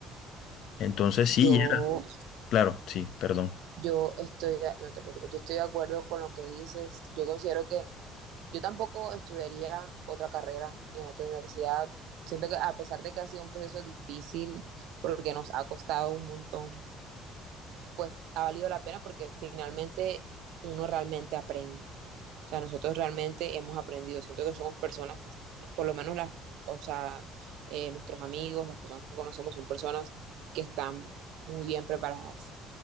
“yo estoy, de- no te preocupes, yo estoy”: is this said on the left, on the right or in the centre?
Right